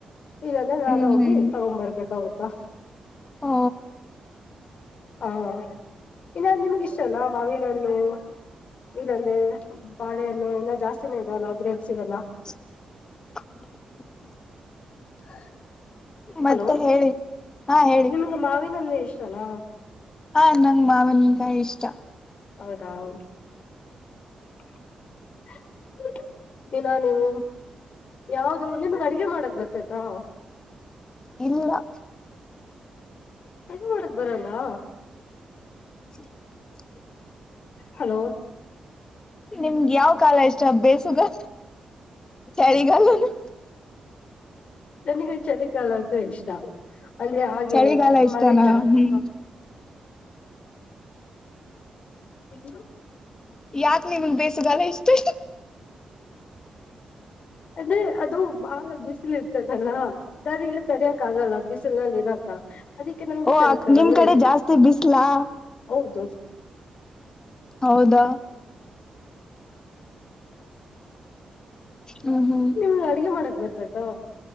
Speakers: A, on the left (about 65°); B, on the left (about 30°).
A: ಇಲ್ಲಂದ್ರೆ
B: ಹ್ಮ್
A: ನಾನ
B: ಹ್ಮ್
A: ಹೋಗಿ
B: ಹ್ಮ್
A: ತಗೊಂಡ್ ಬರ್ಬೇಕಾಗತ್ತಾ
B: ಓ
A: ಹಾ ಇನ್ನ ನಿಮ್ಗೆ ಇಷ್ಟನಾ ಮಾವಿನ ಹಣ್ಣು ಇದಂದೆ ಬಾಳೆಹಣ್ಣು ಎಲ್ಲ ಜಾಸ್ತಿನೇ ಇದೆಲ್ಲ ಗ್ರೇಬ್ಸ ಇ ಎಲ್ಲಾ
B: <unintelligible>
A: <unintelligible>
B: ಮತ್ತೆ
A: ಹಲೋ
B: ಹೇಳಿ ಹಾ ಹೇಳಿ
A: ನಿಮ್ಗ ಮಾವಿನ ಹಣ್ಣ ಅಂದ್ರೆ ಇಷ್ಟನಾ
B: ಹ ನಂಗ್ ಮಾವಿನಕಾಯಿ ಇಷ್ಟಾ
A: ಹೌದಾದು <unintelligible> ಇನ್ನಾ ನೀವು ಯಾವ್ದ ನಿಮ್ಗ್ ಅಡಗೆ ಮಾಡಕ್ ಬರ್ತೈತಾ
B: ಇಲ್ಲಾ
A: ಕಡಿ ಮಾಡಕ್ ಬರಲ್ಲಾ
B: ಸ <inaudible>
A: ಹಲೋ
B: ನಿಮ್ಗೆ ಯಾವ ಕಾಲ ಇಷ್ಟ ಬೇಸಿಗೆ ನಾ ಕಾಲಿ
A: ನನಗೆ ಚಳಿ ಲ್ಲ್ದು ಇಷ್ಟ ಅಂದ್ರೆ ಹಾಗೆ
B: ಚಳಿಗಾಲ ಇಷ್ಟನಾ
A: ಮಳ ಜಾಸ್ತಿ
B: ಹ್ಮ್
A: ಹ
B: ಯಾಕ ನಿಮಗ್ ಬೇಸ ಬಲ ಇಷ್ಟೇ
A: ಅದೇ ಅದು ಬಾಳ ಬಿಸಿಲಿ ಇರ್ತದಲ್ಲ ದಾರಿ ಇಲ್ಲಿ ತೆರ್ಯಕ್ ಆಗಲ್ಲ ಬಿಸಿಲಲ್ಲಿ ಇರಕ ಅದಕ್ಕೆ ನಮ್ಗೆ
B: ಓ
A: ಚರಿತಲ್ಲ
B: ನಿಮ್
A: ಅಂದ್ರೆ
B: ಕಡೆ ಜಾಸ್ತಿ ಬಿಸ್ಲಾ
A: ಹೌದು
B: ಹೌದಾ ಹ್ಮ್ ಹ್ಮ್
A: ನಿಮ್ಗೆ ಅಡ್ಗೆ ಮಾಡಕ್ ಬರ್ತೈತಾ